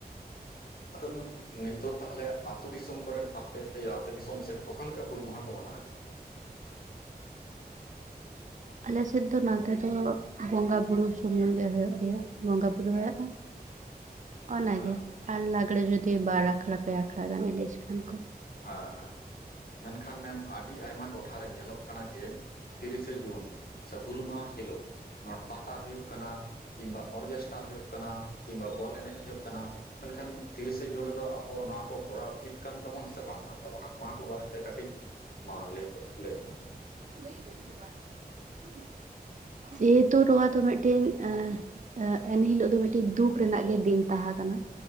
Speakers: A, on the left; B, on the right.
A: ᱟᱫᱚ ᱢᱮᱱ ᱱᱤᱛᱚᱜ ᱛᱟᱦᱞᱮ ᱟᱹᱛᱩ ᱫᱤᱥᱚᱢ ᱠᱚᱨᱮᱫ ᱟᱯᱮ ᱮ ᱟᱯᱮ ᱫᱤᱥᱚᱢ ᱥᱮᱫ ᱚᱠᱟᱞᱠᱟ ᱦᱩᱞ ᱢᱟᱦᱟ ᱠᱚ ᱢᱟᱱᱟᱣᱮᱜᱼᱟ?
B: ᱟᱞᱮ ᱥᱮᱫ ᱫᱚ ᱱᱟᱛᱮ ᱫᱚ ᱵᱚᱸᱜᱟ ᱵᱩᱨᱩ ᱥᱩᱢᱩᱝ ᱜᱮ ᱦᱩᱭᱩᱜ ᱜᱮᱭᱟ᱾ ᱵᱚᱸᱜᱟ ᱵᱩᱨᱩ
A: ᱦᱮᱸ
B: ᱦᱩᱭᱩᱜᱼᱟ, ᱚᱱᱟᱜᱮ᱾
A: ᱦᱮᱸ
B: ᱟᱨ ᱞᱟᱜᱽᱲᱮ ᱡᱩᱫᱤ ᱵᱟᱨ ᱟᱠᱷᱲᱟ ᱯᱮ ᱟᱠᱷᱲᱟ ᱜᱟᱱ ᱮᱱᱮᱪ ᱠᱷᱟᱱ ᱠᱚ᱾
A: ᱦᱮᱸ ᱦᱮᱸ, ᱢᱮᱱᱠᱷᱟᱱ ᱢᱮᱢ ᱟᱹᱰᱤ ᱟᱭᱢᱟ ᱴᱚᱴᱷᱟᱨᱮ ᱧᱮᱞᱚᱜ ᱠᱟᱱᱟ ᱡᱮ, ᱛᱤᱨᱤᱥᱮ ᱡᱩᱱ ᱥᱮ ᱦᱩᱞ ᱢᱟᱦᱟ ᱦᱤᱞᱳᱜ ᱱᱚᱣᱟ ᱯᱟᱛᱟ ᱦᱩᱭᱩᱜ ᱠᱟᱱᱟ ᱠᱤᱢᱵᱟ ᱚᱨᱜᱮᱥ ᱴᱟ ᱦᱩᱭᱩᱜ ᱠᱟᱱᱟ ᱠᱤᱢᱵᱟ ᱵᱚᱞ ᱮᱱᱮᱡ ᱦᱩᱭᱩᱜ ᱠᱟᱱᱟ ᱢᱮᱱᱠᱷᱟᱱ ᱛᱤᱨᱤᱥᱮ ᱡᱩᱱ ᱨᱮᱫᱚ ᱟᱵᱚ ᱱᱚᱣᱟ ᱠᱚ ᱠᱚᱨᱟᱣ ᱩᱪᱤᱛ ᱠᱟᱱ ᱛᱟᱵᱚᱱᱟ? ᱥᱮ ᱵᱟᱝ ᱠᱟᱱ ᱛᱟᱵᱚᱱᱟ ᱱᱚᱣᱟ ᱠᱚ ᱵᱟᱨᱮᱛᱮ ᱠᱟᱹᱴᱤᱡ ᱢᱟ ᱞᱟᱹᱭ ᱯᱮ ᱞᱟᱹᱭᱵᱮᱱ᱾
B: ᱞᱟᱹᱭ ᱠᱚᱛᱮᱫᱚ ᱵᱟᱭ ᱟᱸᱡᱚᱢᱟ ᱪᱤᱠᱟᱹ
A: <inaudible>
B: <unintelligible> ᱡᱮᱦᱮᱛᱩ ᱱᱚᱣᱟ ᱫᱚ ᱢᱤᱫᱴᱮᱱ ᱮᱸᱻ ᱮᱸᱜ ᱮᱱᱦᱤᱞᱳᱜ ᱫᱚ ᱢᱤᱫᱴᱤᱱ ᱫᱩᱠ ᱨᱮᱱᱟᱜ ᱜᱮ ᱫᱤᱱ ᱛᱟᱦᱮᱸ ᱠᱟᱱᱟ᱾